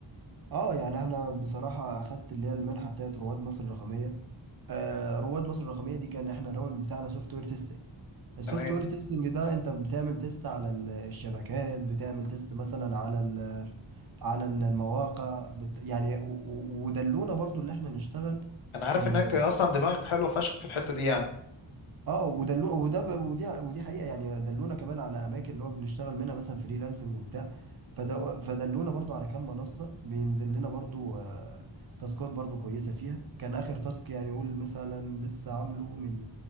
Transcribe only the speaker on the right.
اه يعني احنا بصراحة اخدت اللي هي المنحة بتاعت رواد مصر الرقمية آه رواد مصر الرقمية دي كان احنا الراوند بتاعنا سوفت وير تيستنج السوفت
وير تيستنج ده انت بتعمل تيست على ال- الشبكات بتعمل تيست مثلا على ال على ال- المواقع بت يعني و- و- ودلونا برضو اللي احنا نشتغل
آه،
اه ودلو وده ب... ودي ودي حقيقة يعني دلونا كمان على اماكن اللي هو بنشتغل منها مثلا فريلانسنج وبتاع فد... فدلونا برضو على كام منصة بينزل لنا برضو آه، تاسكات برضو كويسة فيها كان اخر تاسك يعني يقول مثلا لسه عامله من